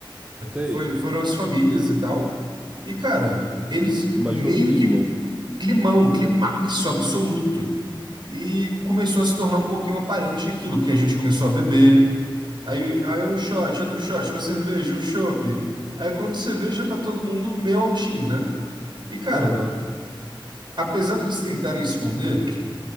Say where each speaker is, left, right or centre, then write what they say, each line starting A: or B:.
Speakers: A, on the right; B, on the right.
A: sei.
B: Foi- foram as famílias e tal. E, cara, eles
A: Imagina
B: meio
A: o climão.
B: que climão, climaço absoluto. E começou a se tornar um pouquinho aparente aquilo, porque a gente começou a beber. Aí, aí é um shot, outro shot, uma cerveja, um chopp. Aí quando você vê, já tá todo mundo meio altinho, né? E cara,
A: Aham.
B: apesar deles tentarem esconder,